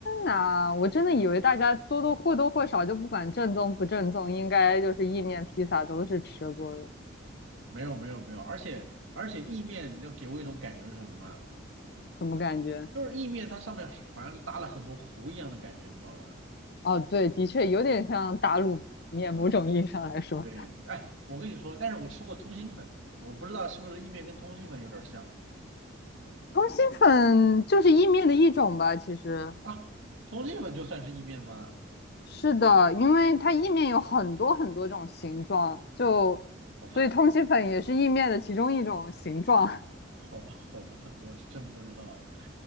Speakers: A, on the left (about 55°); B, on the right (about 85°).
A: 呐，我真的以为大家多多或多或少就不管正宗不正宗，应该就是意面、披萨都是吃过的，
B: 没有没有没有，而且而且意面，你知给我一种感觉是什么吗？
A: 怎么感觉？
B: 就是意面它上面好像是搭了很多糊一样的感觉，你知道吗？
A: 哦，对，的确有点像打卤面，
B: 嗯，
A: 某种意义上来说，
B: 对。哎，我跟你说，但是我吃过通心粉，我不知道是不是意面跟通心粉有点像
A: 通心粉就是意面的一种吧，其实
B: 啊？通心粉就算是意面吗？
A: 是的，因为它意面有很多很多种形状，就所以通心粉也是意面的其中一种形状。
B: 好吧。
A: <laughs>
B: 好吧，好吧，<laughs> 我是真不知道。